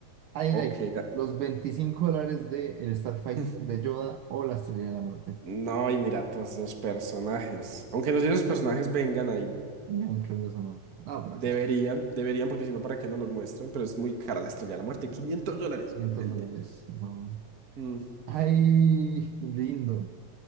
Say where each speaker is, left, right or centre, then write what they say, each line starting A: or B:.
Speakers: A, on the right (about 90°); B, on the right (about 35°).
A: Ahí,
B: Ok.
A: ahí, los 25 dólares de el Starfighter
B: <laughs>
A: de Yoda o la Estrella de la Muerte.
B: No, y mira todos esos personajes. Aunque no sé si esos personajes vengan ahí.
A: Ya incluidos o no. Ah, por acá.
B: Deberían, deberían, porque si no, ¿para qué no los muestran? Pero es muy cara la estrella de la muerte. quinientos dólares
A: 500
B: el
A: dólares.
B: día.
A: no.
B: Mm,
A: Ay, lindo.